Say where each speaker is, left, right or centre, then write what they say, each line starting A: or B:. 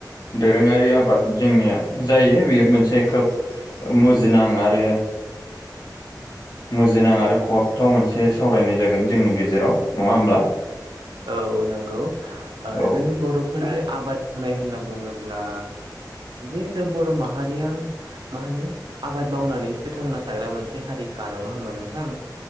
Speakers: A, on the left (about 65°); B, on the right (about 90°).
A: दोरोङारि आबाद जोंनिया जायो बेयो मोनसे खोब मुजिनां आरो मु जिनां आरो खहाबथाव मोनसे सावरायनाय जागोन जोंनि गेजेराव नङा होमब्ला?
B: औ नोंगौ। ओ
A: औ
B: जोंनि बर'फोरनि आबाद होननाय होनना बुङोब्ला जे जों बर' माहारिया मा होनो आबाद मावनानैसो थांना थाग्रा मोनसे हारिखा नङा होमबा नोंथां?